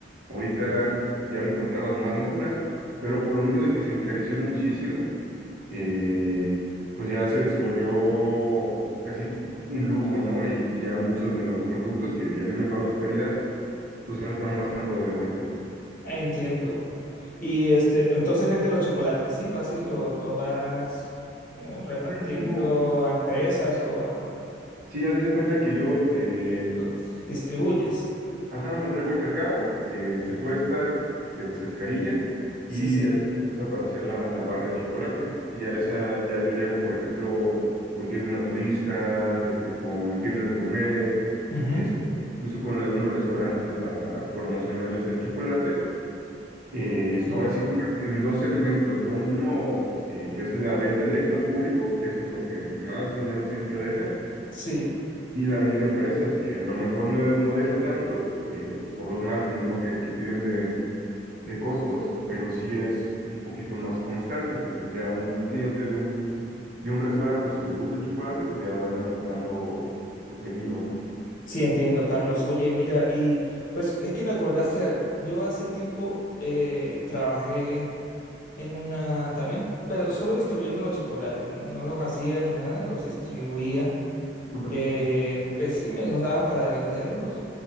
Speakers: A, on the right; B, on the left.
A: Ahorita ya lo encontrabas más natural, pero por lo mismo de que se encareció muchísimo, eh, pues ya se, se volvió pues, casi un lujo, ¿no? Y, y ya muchos de los productos que ya habían mejorado su calidad, pues ahora están bajando de vuelta.
B: entiendo. Y este, entonces vende los chocolates, ¿sí? Vas y lo- los vas como repartiendo
A: Luego,
B: a empresas o a-
A: Sí, ya de cuenta que yo, eh,
B: eh, los distribuyes.
A: ajá, me traigo el cacao, eh, se tuesta, se descascarilla
B: Sí,
A: y
B: sí.
A: ya se usa para hacer la, la barra de chocolate. Y ya
B: Y-
A: esa, ya yo llego, por ejemplo, con tiendas naturistas, este, con tiendas gourmet,
B: Ujú.
A: este, incluso con algunos restaurantes para promocionarles el chocolate. Eh,
B: Sí,
A: ahora sí, como en dos segmentos, ¿no? Uno, eh, que es la venta directa al público, que eso es lo que más dinero siempre deja.
B: sí,
A: Y la venta a empresas, que a lo mejor no, no deja tanto eh, por los márgenes, ¿no? que, que piden de, de costos, pero sí es un poquito más constante, porque ya un cliente de un, de un restaurante, si le gusta el chocolate, pues ya lo anda comprando seguido, ¿no?
B: sí, entiendo, Carlos. Oye, mira, y pues es que me acordaste algo. Yo hace tiempo eh, trabajé. en una también, pero solo distribuyendo los chocolates, ¿no? No los hacía ni nada, los distribuía.
A: Súper.
B: Eh, pues sí, me los daban para venderlos.